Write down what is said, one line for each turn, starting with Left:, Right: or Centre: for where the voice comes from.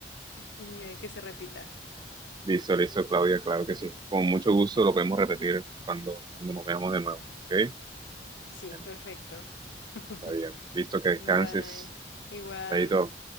Left: Y eh, que se repita.
Right: Listo, listo, Claudia, claro que sí. Con mucho gusto lo podemos repetir cuando, cuando nos veamos de nuevo. ¿Ok?
Left: Sí,
Right: Bueno,
Left: perfecto. <laughs>
Right: está bien. Listo, que descanses.
Left: Bye. Igual.
Right: Ahí todo.